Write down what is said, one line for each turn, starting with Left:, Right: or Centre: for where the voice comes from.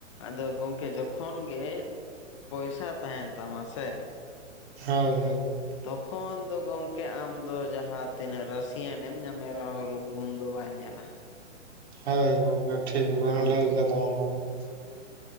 Left: ᱟᱫᱚ ᱜᱚᱝᱠᱮ ᱡᱚᱠᱷᱚᱱ ᱜᱮ ᱯᱚᱭᱥᱟ ᱛᱟᱦᱮᱱ ᱛᱟᱢᱟ ᱥᱮ
Right: ᱦᱳᱭ ᱦᱳᱭ
Left: ᱛᱚᱠᱷᱚᱱ ᱫᱚ ᱜᱚᱝᱠᱮ ᱟᱢ ᱫᱚ ᱡᱟᱦᱟᱸ ᱛᱤᱱᱟᱹᱜ ᱨᱟᱥᱤᱭᱟᱱᱮᱢ ᱧᱟᱢᱮ ᱨᱮᱦᱚᱸ ᱨᱩ ᱜᱩᱱ ᱫᱚ ᱵᱟᱭ ᱧᱮᱞᱟ ᱾
Right: ᱦᱳᱭ ᱜᱚᱝᱠᱮ ᱴᱷᱤᱠ ᱵᱮᱱ
Left: ᱦᱮᱸ
Right: ᱞᱟᱹᱭ ᱠᱟᱫᱟ ᱚᱱᱟ ᱫᱚ ᱾